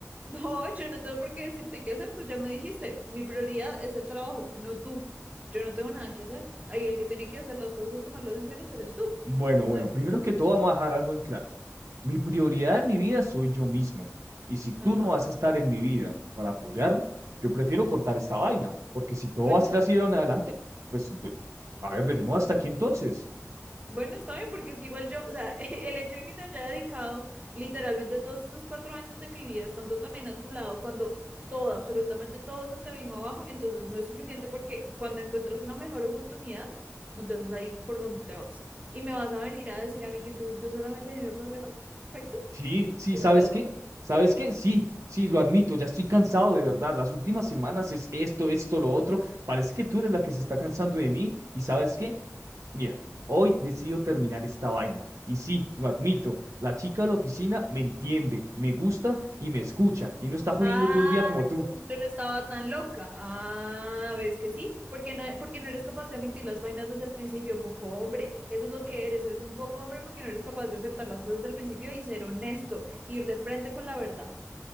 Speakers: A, on the right (about 30°); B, on the right (about 70°).
A: No, yo no tengo por qué decirte qué hacer, tú ya me dijiste, mi prioridad es el trabajo, no tú. Yo no tengo nada que hacer. Ahí el que tiene que hacer las cosas o tomar las decisiones eres tú.
B: Bueno,
A: No-
B: bueno, primero que todo vamos a dejar algo en claro. Mi prioridad en mi vida soy yo mismo. Y si tú
A: Ajá.
B: no vas a estar en mi vida para apoyarme, yo prefiero cortar esta vaina, porque si todo
A: Bueno,
B: va a ser así de ahora en adelante, pues, de- a ver, dejemos hasta aquí entonces.
A: bueno, está bien, porque es que igual yo, o sea, <laughs> el hecho de que te haya dedicado literalmente todos estos cuatro años de mi vida estando también a tu lado, cuando todo, absolutamente todo se te vino abajo, entonces no es suficiente porque cuando encuentras una mejor oportunidad, entonces ahí por donde te vas. Y me vas a venir a decir a mí que entonces yo solamente genero problemas. Perfecto.
B: Sí, sí, ¿sabes
A: No te veo
B: qué?
A: por qué,
B: ¿Sabes
A: por
B: qué?
A: la verdad.
B: Sí, sí, lo admito, ya estoy cansado de verdad. Las últimas semanas es esto, esto, lo otro. Parece que tú eres la que se está cansando de mí. ¿Y sabes qué? Mira, hoy decido terminar esta vaina. Y sí, lo admito, la chica de la oficina me entiende, me gusta y me escucha y no está jodiendo
A: Ah,
B: todo el día como tú.
A: entonces yo no estaba tan loca. Ah, ves que sí, porque no, porque no eres capaz de admitir las vainas desde el principio, poco hombre. Eso es lo que eres, eres un poco hombre porque no eres capaz de aceptar las cosas desde el principio y ser honesto, ir de frente con la verdad.